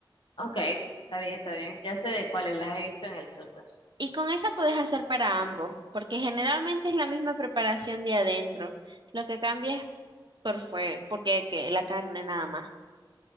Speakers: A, on the left; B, on the right.
A: Ok, está bien, está bien. Ya sé de cuáles las he visto en el súper.
B: Y con esa puedes hacer para ambos, porque generalmente es la misma preparación de adentro. Lo que cambia es por fue, porque que la carne nada más.